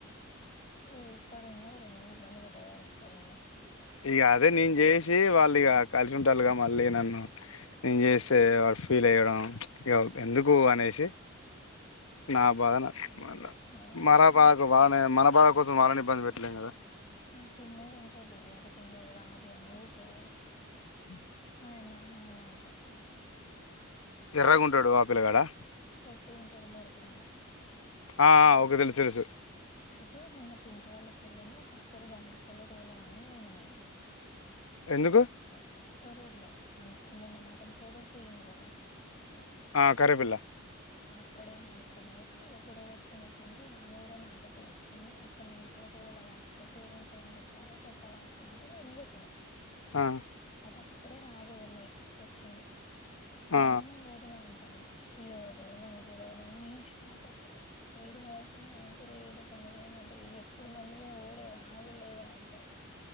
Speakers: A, on the left; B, on the left.
A: ఈ ఇక్కడ ఉన్నడు కదా ఇబ్బంది పెట్ట దలుసుకోలేదులే.
B: ఇగా అదే నేను చేసి వాళ్ళు ఇక కలిసి ఉంటాలు కదా మళ్ళీ నన్ను నేను చేస్తే వాడు ఫీల్ అయ్యడం ఇక ఎందుకు అనేసి నా బాధా నాకు మల్ల
A: అవును
B: మనా బాధా కు వాలనే మన కోసం వలని ఇబ్బంది పెట్టలేం కదా
A: ఆ చిన్నోడు ఉంటాడు జూడు చిన్నోడు రాజు అనే ఓకే
B: <inaudible>
A: ఆయన ఆయన అంటాడు జూడు
B: ఎర్రగా ఉంటాడు ఆ పిలగాడా.
A: పొట్టిగా ఉంటాడు మూరుపిరాల
B: ఆ ఓకే తెలుసు తెలుసు
A: అయితే మొన్న పింకి వాళ్ళ చెల్లెను కస్తూరబా హాస్టల్లో తోలడానికి పోయినా నేను
B: ఎందుకు
A: తరు తొర్రూర్ లో అంటే మొన్న మాతోటి ఫొటోస్ దిగింది కదా
B: ఆ కర్రె పిల్ల
A: ఇక్కడే హాస్టల్ అయితే ఇక గొడవ పెట్టుకొని వచ్చినాక ఇక ఆమె కూడా నాతోటి వచ్చింది. అక్కడ నున్న అక్కడ తోలవాక్క పేరెంట్స్ సైన్ పెట్టాలే. పెట్టవాక్క అంటే నేనే పెట్టినా.
B: ఆ
A: తె అప్పుడే రాజు ఎవరినో ఎక్కిచ్చుకొచ్చిండు.
B: ఆ
A: బావున్న పోతదామె. తను ఇయ్యిడ్ నన్ను గిడ గని నేన్ షాక్ కసలు లేడు మహేష్ అన్న అంటే, లేడు పనికి పోయిండు అంటే, ఇగ ఎప్పుడు బండి మీద పోవుడేన ఆగుడు లేదా అంటాండు.